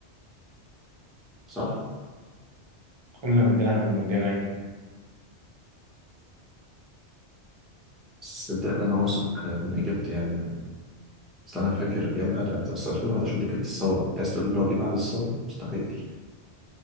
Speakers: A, in the centre; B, on the right.
A: صح؟
B: قلنا مرجان أحمد مرجان أيوة
A: صدقني أنا واثق من إجابتي يعني أصل أنا فاكر أيامها ده ده أصل 2011 دي كانت الثورة أنت عايز تقول إن هو جه بعد الثورة مستحيل